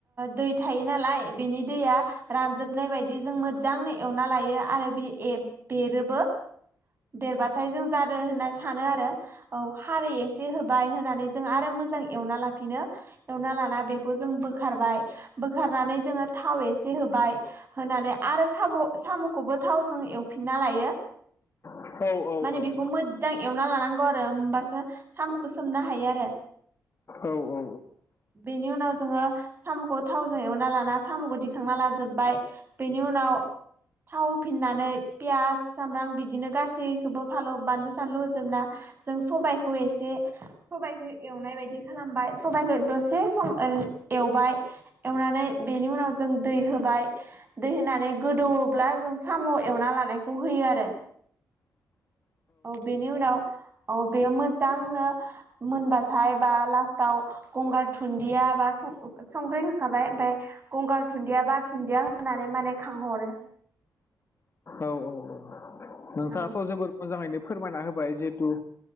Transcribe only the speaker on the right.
दै थायो नालाय बेनि दैया रानजोबनाय बायदि जों मोजांनो एवना लायो आरो बे ए बेरोबो देरबाथाय जों जादों होनना सानो आरो औ खारै एसे होबाय होनानै जों आरो मोजां एवना लाफिनो एवना लाना बेखौ जों बोखारबाय बोखारनानै जोङो थाव एसे होबाय होनानै आरो साम' साम'खौबो थावजों एवफिनना लायो
माने
बेखौ मोजां एवना लानांगौ आरो होमबासो साम'खौ सोमनो हायो आरो
बेनि उनाव जोङो साम'खौ थावजों एवना लाना साम'खौ दिखांना लाजोबबाय। बेनि उनाव थाव होफिननानै पियास सामब्राम बिदिनो गासैखौबो फाल' बानलु सानलु होजोबना जों सबायखौ एसे सबाइखौ एवनाय बायदि खालामबाय सबाइखौ दसे सम एवबाय एवनानै बेनि उनाव जों दै होबाय दै होनानै गोदौब्ला जों साम' एवना लानायखौ होयो आरो। औ बेनि उनाव औ बेयो मोजांनो मोनबाथाय बा लास्टाव गंगार दुन्दिया बा संख्रि होखाबाय ओमफफ्राय गंगार दुन्दिया बा दुन्दिया होनानै माने खांहरो।
औ